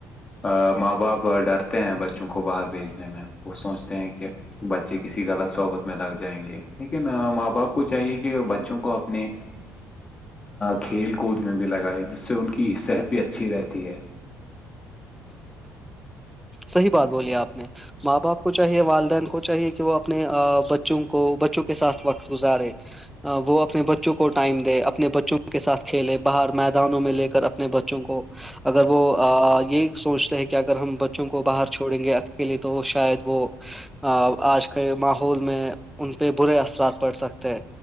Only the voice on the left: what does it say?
ا ماں باپ ڈرتے ہیں بچوں کو باہر بھیجنے میں وہ سوچتے ہیں کہ بچے کسی غلط صحبت میں لگ جائیں گے لیکن ماں باپ کو چاہیے کہ بچوں کو اپنے کھیل کود میں بھی لگائے جس سے ان کی صحت بھی اچھی رہتی ہے